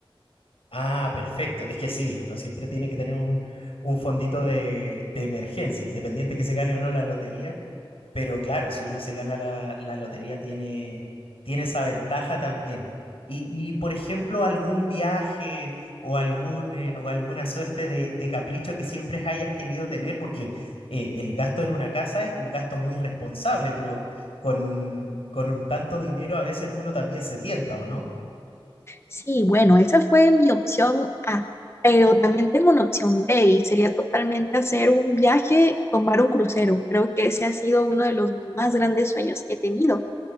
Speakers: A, on the left; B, on the left.
A: Ah, perfecto. Es que sí, uno siempre tiene que tener un, un fondito de, de emergencia, independiente que se gane o no la lotería. Pero claro, si uno se gana la, la lotería, tiene, tiene esa ventaja también. Y, y, por ejemplo, algún viaje o, algún, eh, o alguna suerte de, de capricho que siempre hayas querido tener, porque eh, el gasto en una casa es un gasto muy responsable, pero con, con un tanto dinero a veces uno también se tienta, ¿o no?
B: Sí, bueno, esa fue mi opción A, pero también tengo una opción B y sería totalmente hacer un viaje, tomar un crucero. Creo que ese ha sido uno de los más grandes sueños que he tenido,